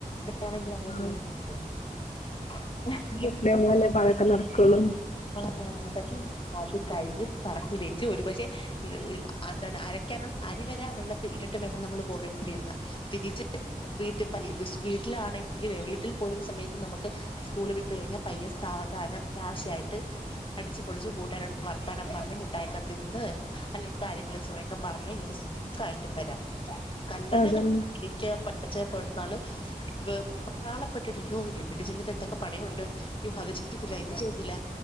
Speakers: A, on the left; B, on the left.
A: ഇവ്ടെ ആണെങ്കിൽ അങ്ങനെ
B: ആഹ്
A: ചെയ്യാൻ പറ്റുമോ നമുക്ക്
B: ഇവിടെ ആവുമ്പോളല്ലേ ഇപ്പതൊക്കെ നടക്കൂള്ളൂ
A: ആഹ് അതക്കെയാണ്. അത് കഴിഞ്ഞ് പറക്കി വെച്ചു ഒരു പക്ഷെ ആന്താണ് അരക്കാനുള്ള അരിവരെ വെള്ളത്തി ഇട്ടിട്ട് വേണം നമ്മള് പോവേ ണ്ടി ഇരുന്നെ തിരിച്ച് വീട്ടിപ്പനി വിസ് വീട്ടിലാണെങ്കില് വീട്ടിൽ പോരുന്ന സമയത്ത് നമുക്ക് സ്കൂള് വിട്ട് കഴിഞ്ഞാ പയ്യെ സാവധാനം ലാവിഷായിട്ട് അടിച്ച്പൊളിച്ച് കൂട്ടുകാരോട് വർത്തനം പറഞ്ഞ് മുട്ടായിയൊക്കെ തിന്ന് അല്ലെങ്കി കാര്യങ്ങളിൽസൊറയൊക്കെ പറഞ്ഞ് ഇങ്ങനെ സു ഖായിട്ട് വരാം. കല്യാണം
B: അതന്നെ
A: <unintelligible> പഠിക്ക പഠിച്ചപ്പെടുന്നാള് വെപ്രാളപ്പെട്ടിട്ട് അയ്യോ വീട്ട്ചെന്നിട്ട് എന്തൊക്കെ പണിയുണ്ട് അയ്യൊ അത് ചെയ്തില്ല ഇത് ചെയ്തില്ല